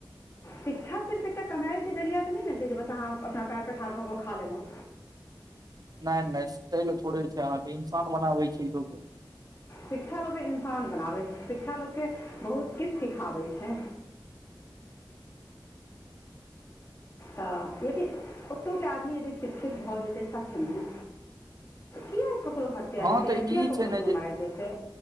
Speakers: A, on the left; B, on the right.
A: शिक्षा सिर्फ एकटा कमेए के जरिया तऽ नै छै जे बस अहाँ अपना पैर पर ठाढ़ भऽ कऽ खा लेलौं।
B: नै नै तै ले थोड़े छै अहाँके इंसान बनाबै छी लोकके।
A: शिक्षा लोक के इन्सान बनाबै छै शिक्षा लोक के बहुत किछ सिखाबै छै। तऽ यदि ओतोके आदमी यदि शिक्षित भऽ जेतै सचमें किया ककरो हत्या
B: हँ
A: हेतै,
B: तऽ
A: या किया
B: ई
A: ककरो
B: छै ने
A: कोई
B: जे
A: माइरि देतै।